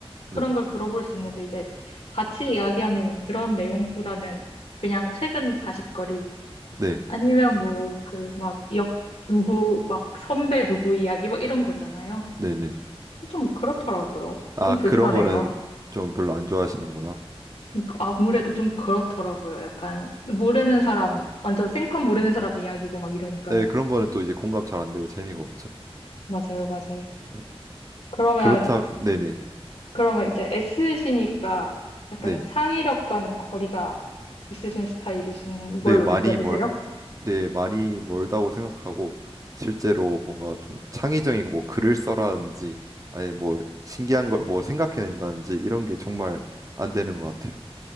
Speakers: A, on the right; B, on the left.
A: 네,
B: 그런 걸 들어볼 수 있는데, 이제 같이 이야기하면 그런 내용보다는 그냥 최근 가십거리,
A: 네,
B: 아니면 뭐, 그, 막, 역, 누구, 막, 선배 누구 이야기, 막 이런 거잖아요.
A: 네, 네.
B: 좀 그렇더라고요.
A: 아
B: 좀 불편해요.
A: 그런 거는 좀 별로 안 좋아하시는구나.
B: 그러니까 아무래도 좀 그렇더라고요. 약간, 모르는 사람, 완전 생판 모르는 사람 이야기고 막 이러니까요.
A: 네, 그런 거는 또 이제 공감 잘 안 되고 재미가 없죠.
B: 맞아요, 맞아요.
A: 네.
B: 그러면,
A: 그렇다면 네네
B: 그러면 이제 S시니까 약간
A: 네네
B: 창의력과는 거리가 있으신 스타일이신 걸로
A: 네 많이
B: 느껴지세요?
A: 멀 네, 많이 멀다고 생각하고 실제로 뭔가 좀 창의적인 뭐 글을 써라든지 아니 뭐 신기한 걸 뭐 생각해낸다든지 이런 게 정말 안 되는 것 같아요.